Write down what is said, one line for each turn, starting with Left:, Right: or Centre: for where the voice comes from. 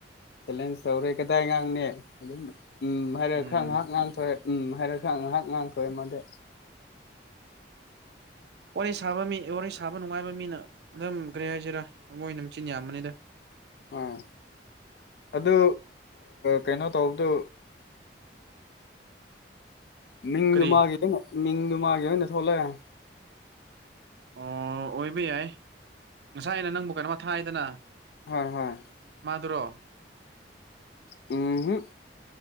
Left: ꯆꯦꯂꯦꯟꯖ ꯇꯧꯔꯦ ꯀꯗꯥꯏ ꯉꯥꯡꯅꯤ ꯑꯗꯨꯝ ꯎꯝ ꯍꯥꯏꯔ
Right: ꯎꯝ
Left: ꯈꯔ ꯉꯥꯏꯍꯥꯛ ꯉꯥꯡꯊꯣꯛꯑꯦ ꯎꯝ ꯍꯥꯏꯔ ꯈ ꯉꯥꯏꯍꯥꯛ ꯉꯥꯡꯇꯣꯛꯋꯦ ꯃꯗ
Right: ꯋꯥꯔꯤ ꯁꯥꯕ ꯃꯤ ꯋꯥꯔꯤ ꯁꯥꯕ ꯅꯨꯡꯉꯥꯏꯕ ꯃꯤꯅ ꯑꯗꯨꯝ ꯀꯔꯤ ꯍꯥꯏꯁꯤꯔꯥ ꯃꯣꯏꯅ ꯃꯆꯤꯟ ꯌꯥꯝꯕꯅꯤꯗ
Left: ꯑꯥ ꯑꯗꯨ ꯀꯩꯅꯣ ꯇꯧꯕꯗꯨ ꯃꯤꯡꯗꯨ
Right: ꯀꯔꯤ
Left: ꯃꯥꯒꯤ ꯃꯤꯡꯗꯨ ꯃꯥꯒꯤ ꯑꯣꯏꯅ ꯊꯣꯛꯣꯂꯑꯦ
Right: ꯑꯣ ꯑꯣꯏꯕ ꯌꯥꯏ ꯉꯁꯥꯏ ꯑꯩꯅ ꯅꯪꯕꯨ ꯀꯩꯅꯣꯝꯃ ꯊꯥꯏꯗꯅ
Left: ꯍꯣꯏ ꯍꯣꯏ
Right: ꯃꯥꯗꯨꯔꯣ
Left: ꯎꯝ